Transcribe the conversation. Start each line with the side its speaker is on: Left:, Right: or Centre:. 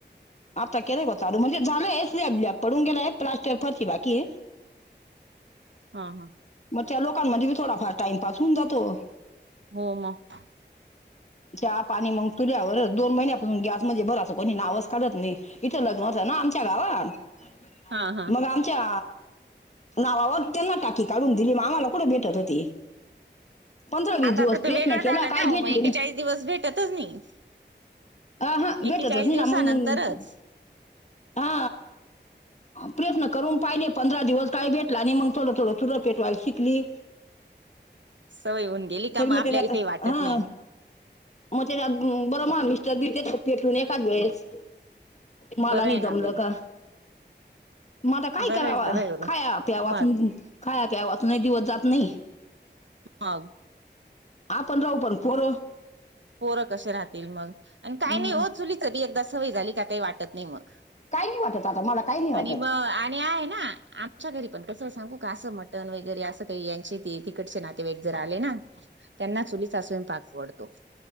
Left: आता केलेय होताचाल म्हजे झालं एसले आपल्या पडूून गेले आहे प्लास्टर फती बाकी
Right: हा हा
Left: मग त्या लोकांमध्ये बी थोडाफार टाइमपास होऊ जातो
Right: हो मग
Left: चहा पाणी मग तुऱ्यावर दोन महिन्यापासून गॅस म्हणजे बर अस कोणी नावस काढत नाही इथं लग्न होतं ना आमच्या गावात
Right: हा हा
Left: मग आमच्या नावावर त्यांना टाकी काढून दिली मामाला कुठे भेटत होती पंधरा वीस
Right: आता
Left: दिवस
Right: तर ते
Left: प्रयत्न
Right: वेगळं
Left: केला
Right: झालं
Left: काही
Right: ना
Left: भेटली
Right: हो. मग एकेचाळीस
Left: नाही
Right: दिवस भेटतच नाही
Left: अ हा
Right: एकेचाळीस
Left: भेटत च नई
Right: दिवसानंतरच
Left: ना मंग हा प्रयत्न करून पाहिले पंधरा दिवस काही भेटला आणि मग थोडं थोडं चुर पेठवायला शिकली
Right: सवय होऊन गेली
Left: <inaudible>
Right: का
Left: तरी मग
Right: आपल्याला
Left: त्याच्याात
Right: काही वाटत
Left: हा
Right: नाही
Left: मग त्याच्यात बरं माल - चबी त्याच्या पेटून एखाद वेळेस मला
Right: बरं
Left: नाही
Right: आहे ना
Left: जमलं
Right: बाई
Left: का म आता काय
Right: बरं
Left: कराव
Right: आहे बरं आहे एवढं
Left: खाया प्यायवाचून
Right: मग
Left: खाया प्यायावाचूनही दिवस जात नाही
Right: <unintelligible>
Left: आपण राहू पण पोर
Right: पोरं कशे राहतील मग आणि काही
Left: मग
Right: नाही हो चुलीच बी एकदा सवय झाली का काही वाटत नाही मग
Left: काही नाही वाटत आता मला काही नाही वाटत
Right: आणि मग आणि आहे ना अशा घरी पण कसं सांगू का असं मटन वगैरे असं काही यांचे ते तिकडचे नातेवाईक जर आले ना त्यांना चुलीचा स्वयंपाक आवडतो